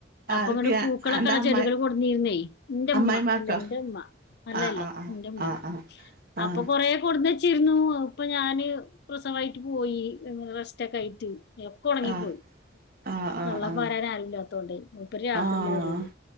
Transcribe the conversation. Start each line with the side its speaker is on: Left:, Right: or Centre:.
Left: അപ്പൊ
Right: ആർക്ക്
Left: ഇങ്ങട്ട് പൂക്കളൊക്കെ
Right: അന്റെ
Left: ള്ള
Right: അമ്മായി
Left: ചെടികള് കൊണ്ടുന്നിരുന്നേ എൻറ്റുമ്മ
Right: അമ്മായിമാക്കോ
Left: അല്ല എൻറ്റുമ്മ അല്ല
Right: ആഹ്
Left: അല്ല
Right: ആഹ്
Left: എൻറ്റുമ്മ
Right: ആഹ് ആഹ്
Left: അപ്പൊ കൊറേ കൊണ്ട്ന്ന് ച്ചിരുന്നു ഇപ്പൊ ഞാന് പ്രസവായിട്ട് പോയിങ്ങനെ റസ്റ്റൊക്കെ ആയിട്ട് ഒക്കെ ഉണങ്ങിപ്പോയി
Right: ആഹ് ആഹ്
Left: വെള്ളം
Right: ആഹ് ആഹ്
Left: പാരൻ ആരുവില്ലാത്തോണ്ട് മുപ്പരി രാത്രിൽ
Right: ആഹ് ആഹ്
Left: വരുള്ളൂ